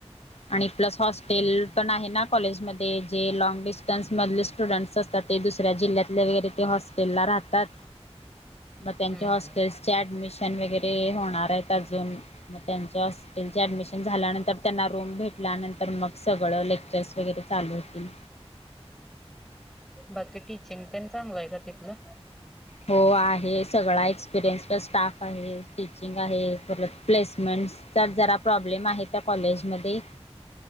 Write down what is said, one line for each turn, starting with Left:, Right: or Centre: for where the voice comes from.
Left: आणि, प्लस हॉस्टेल पण आहे ना कॉलेजमध्येध्ये जे लँग डिस्ट न्स मधले स्टुडंट्स असतात ते दुसऱ्या जिल्ह्यातल्या वगैरे ते हॉस्टेलला राहतात. मग त्यांच्या
Centre: हम्म
Left: हॉस्टेल्सचे
Centre: हम्म
Left: ऍडमिशन वगैरे होणार आहेत अजून मग त्यांच्या हॉस्टे ल चडमिशन झाल्यांतर त्यांना रूम भेट त्यानंतर मग सगळं लेक्चर्स वगैरे चालू होतील.
Centre: बाकी टीचिंग प चांगल आहे का तिथलं.
Left: हो आहे सगळा एक्सपिरियन्स्ड स्टाफ आहे टीचिंग आहे. परत प्लेसमेंट्सचा जरा प्रॉब्लेम आहे त्या कॉलेजमध्ये.